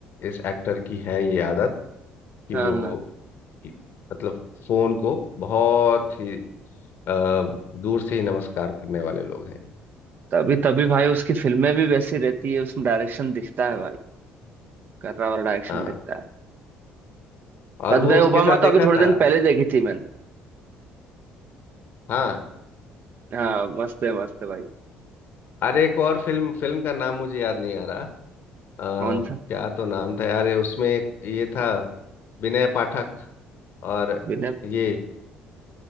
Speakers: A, on the left; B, on the right.
A: इस एक्टर की है ये आदत कि
B: हाँ
A: वो
B: हाँ
A: मतलब फोन को बहुत ही अ, दूर से ही नमस्कार करने वाले लोग हैं ये।
B: तभी तभी भाई उसकी फिल्में भी वैसी रहती है उसमें डायरेक्शन दिखता है भाई कर रहा और डायरेक्शन
A: हाँ
B: दिखता है
A: और
B: फंस
A: वो
B: गए
A: उसके
B: ओबामा
A: साथ
B: तो
A: देखा
B: अभी थोड़े
A: था
B: दिन पहले देखी थी मैंने
A: हाँ
B: हाँ मस्त है मस्त है भाई
A: अरे एक और फिल्म फिल्म का नाम मुझे याद नहीं आ रहा अ,
B: कौन सा
A: क्या तो नाम था यार ये उसमें एक ये था विनय पाठक और
B: विनय
A: ये